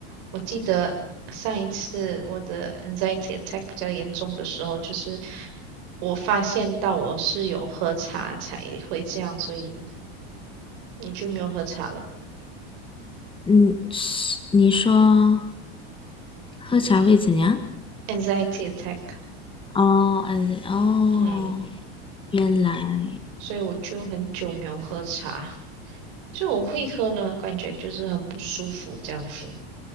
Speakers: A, on the right (about 60°); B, on the left (about 15°).
A: 我记得上一次我的 anxiety attack 比较严重的时候，就是我发现到我是有喝茶才会这样，所以我就没有喝茶了。
B: 嗯，是你说喝茶会怎样？
A: anxiety attack，
B: 哦，嗯，哦，
A: 嗯，
B: 原来，
A: 所以我就很久没有喝茶，就我会喝了，感觉就是很不舒服这样子。